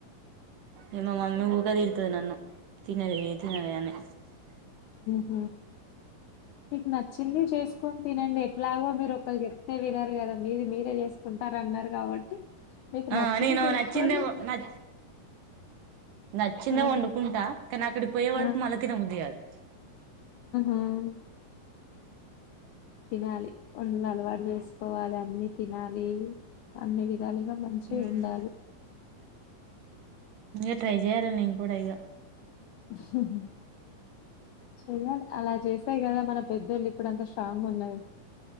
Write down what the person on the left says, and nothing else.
ఉమ్ మీకు నచ్చింది చేసుకొని తినండి ఎట్లాగో మీరు ఒకరు చెప్తే విర వినరు కదా మీది మీరే చేసుకుంటారూ అన్నారు కాబట్టి మీకు
నచ్చింది
చేసుకోండి
ఆ
ఆ!
ఉమ్ తినాలి వన్న అలవాటు చేసుకోవాలి అన్నిీ తినాలి అన్ని తిన్ గా మంచి
ఉండాలి
ఉహ్ హు చెయ్యాలి అలా చేసేయి కదా మన పెద్దోళ్ళు ఇప్పుడు అంతా స్ట్రాంగ్ ఉన్నరూ